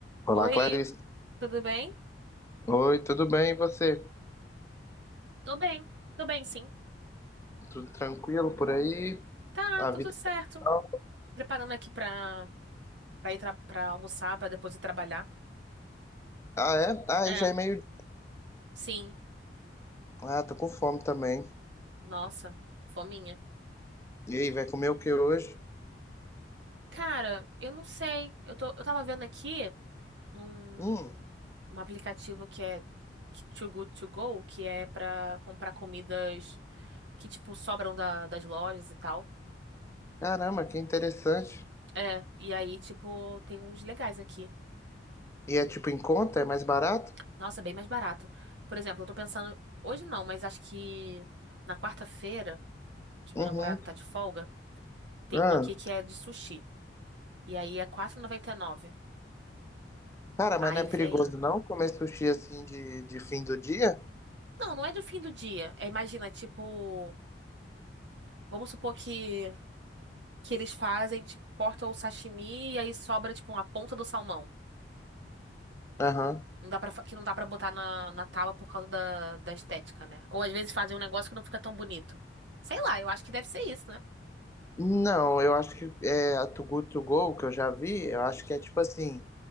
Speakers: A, on the left (about 15°); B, on the right (about 85°).
A: Olá,
B: Oi,
A: Clarice.
B: tudo bem?
A: Oi, tudo bem? E você?
B: Tô bem, tô bem, sim.
A: Tudo tranquilo por aí?
B: Tá,
A: A
B: tudo
A: vida.
B: certo.
A: é tal?
B: Preparando aqui pra, pra ir tra- pra almoçar, pra depois ir trabalhar.
A: Ah, é? Ah,
B: É,
A: aí já é meio.
B: Sim,
A: Ah, tô com fome também.
B: nossa, fominha.
A: E aí, vai comer o que hoje?
B: Cara, eu não sei. Eu tô, eu tava vendo aqui um,
A: Hum,
B: um aplicativo que é que- Too Good To Go, que é pra comprar comidas que, tipo, sobram da- das lojas e tal.
A: caramba, que interessante.
B: É, e aí, tipo, tem uns legais aqui.
A: E é tipo em conta? É mais barato?
B: Nossa, é bem mais barato. Por exemplo, eu tô pensando. Hoje não, mas acho que na quarta-feira, que meu
A: Uhum.
B: namorado tá de folga, tem
A: Ah,
B: um aqui que é de sushi. E aí é quatro e noventa e nove
A: cara,
B: Aí
A: mas não é perigoso
B: vem.
A: não comer sushi assim de, de fim do dia?
B: Não, não é do fim do dia. É, imagina, tipo. Vamos supor que, que eles fazem, tipo, cortam o sashimi e aí sobra, tipo, uma ponta do salmão.
A: Aham.
B: Não dá pra, fa- que não dá pra botar na, na tábua por causa da, da estética, né? Ou às vezes fazem um negócio que não fica tão bonito. Sei lá, eu acho que deve ser isso, né?
A: Não, eu acho que é a Too Good To Go que eu já vi. Eu acho que é tipo assim.